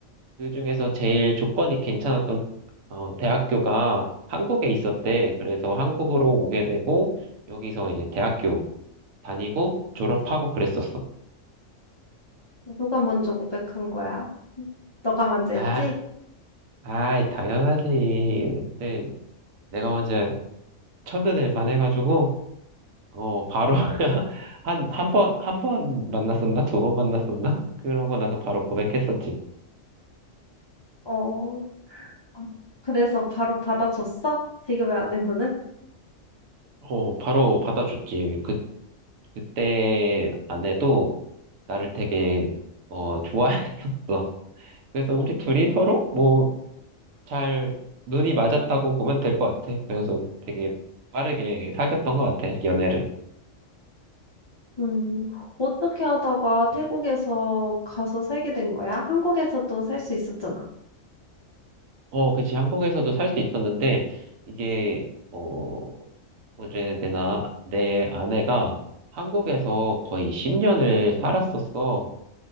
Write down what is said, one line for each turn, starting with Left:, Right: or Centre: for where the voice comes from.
Right: 그중에서 제일 조건이 괜찮았던, 어, 대학교가 한국에 있었대. 그래서 한국으로 오게 되고, 여기서 이제 대학교 다니고, 졸업하고 그랬었어.
Left: 누가 먼저 고백한 거야? 음 너가 먼저
Right: 아,
Left: 했지?
Right: 아, 당연하지. 그때 내가
Left: 음.
Right: 먼저 첫눈에 반해가지고, 어, 바로 <laughs> 한, 한 번, 한 번 만났었나? 두 번 만났었나? 그러고 나서 바로 고백했었지.
Left: 어 어, 그래서 바로 받아줬어? 지금의 아내분은?
Right: 어, 바로 받아줬지. 그, 그때 아내도 나를 되게, 어, 좋아했었어. 그래서 우리 둘이 서로 뭐, 잘, 눈이 맞았다고 보면 될 것 같아. 그래서 되게 빠르게 사귀었던 것 같아, 연애를.
Left: 음, 어떻게 하다가 태국에서 가서 살게 된 거야? 한국에서도 살 수 있었잖아.
Right: 어, 그치. 한국에서도 살 수 있었는데, 이게, 어, 뭐래 되나, 내 아내가 한국에서 거의 10년을 살았었어.